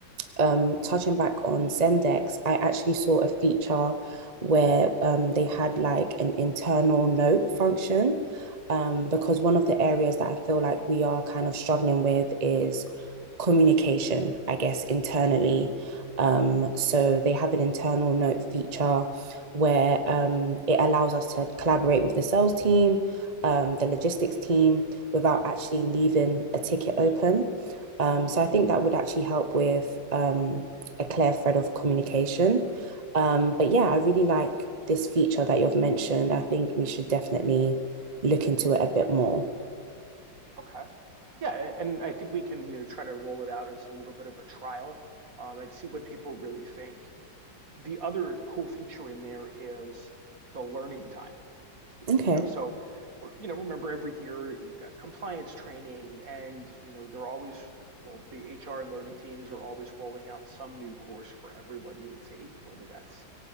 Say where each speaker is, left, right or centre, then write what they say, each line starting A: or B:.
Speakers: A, on the right; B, on the right.
A: um, touching back on Zendesk, I actually saw a feature where um, they had like an internal note function. Um, because one of the areas that I feel like we are kind of struggling with is communication, I guess, internally. Um, so they have an internal note feature where um, it allows us to collaborate with the sales team, um, the logistics team, without actually leaving a ticket open. Um, so I think that would actually help with um, a clear thread of communication. Um, but yeah, I really like this feature that you've mentioned. I think we should definitely look into it a bit more.
B: Okay. Yeah. And I think we can you know, try to roll it out as a little bit of a trial um, and see what people really think. The other cool feature in there is the learning time.
A: Okay.
B: You know, so you know, remember every year you've got compliance training, and you know they're always well, the HR and learning teams are always rolling out some new course for everybody to take, whether that's